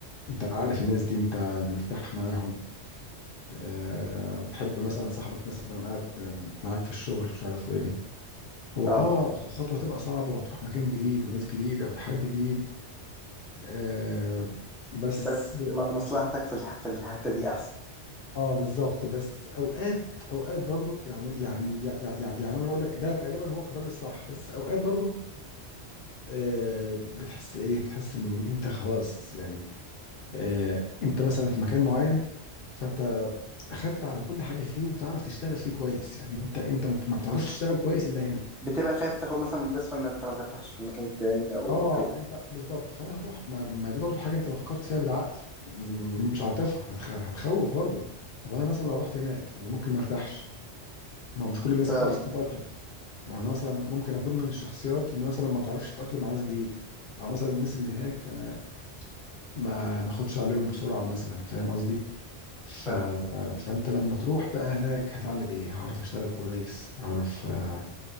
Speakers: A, on the left; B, in the centre.
A: انت عارف الناس دي انت مرتاح معاهم آه وبتحب مثلا صاحبك مثلا قاعد معاك في الشغل مش عارف ايه هو
B: اه
A: اه الخطوه تبقى صعبه وتروح مكان جديد وناس جديده وتحدي جديد آه بس
B: بس م- مصلحتك في الح- في الحتة دي احسن
A: اه بالظبط بس اوقات اوقات برضو يعني يعني يعني, يعني انا بقول لك ده غالبا هو قرار الصح بس اوقات برضو آه بتحس ايه بتحس ان انت خلاص يعني آه انت مثلا في مكان معين فانت اخدت على كل حاجه فيه وبتعرف تشتغل فيه كويس يعني انت انت ما بتعرفش تشتغل كويس الا هنا
B: بتبقى خايف تاخد مثلا مجازفة ان انت ما ترتاحش في المكان التاني او
A: اه
B: كده
A: انت بالظبط فانا هروح ما, ما دي برضو حاجه انت لو فكرت فيها بالعقل م- مش عاطفه هتخ... هتخوف برضو طب انا مثلا لو رحت هناك ما انا ممكن ما ارتاحش ما هو مش كل الناس
B: فاهم
A: بتعرف تتاقلم ما هو انا مثلا ممكن اكون من الشخصيات اللي مثلا ما بتعرفش تتاقلم مع ناس جديده او مثلا الناس اللي هناك انا ما ما اخدش عليهم بسرعه مثلا فاهم قصدي ف...
B: فاهم
A: فانت لما تروح بقى هناك هتعمل ايه هعرف اشتغل كويس هعرف آه،